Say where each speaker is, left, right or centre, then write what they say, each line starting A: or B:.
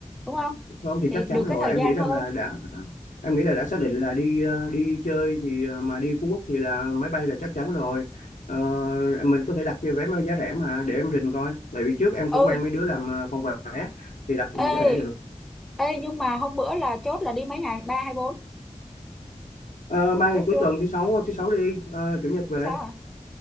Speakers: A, in the centre; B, on the left.
A: đúng không?
B: Không thì
A: Thì
B: chắc chắn
A: được cái
B: rồi,
A: thời
B: em
A: gian
B: nghĩ rằng
A: hơn.
B: là đã em nghĩ là đã xác định là đi ờ, đi chơi thì ờ, mà đi Phú Quốc thì là máy bay là chắc chắn rồi. Ờ, mình có thể đặt cho vé máy giá rẻ mà để em rình coi, tại vì trước em
A: Ừ,
B: cũng quen mấy đứa làm ờ, phòng vé thì đặt ờ,
A: ê,
B: giá rẻ được.
A: ê nhưng mà hôm bữa là chốt là đi mấy ngày? Ba hay bốn?
B: Ờ, ba
A: Chốt
B: ngày cuối
A: chưa?
B: tuần thứ sáu thứ sáu đi, ờ, chủ nhật về,
A: Chứ sao hả?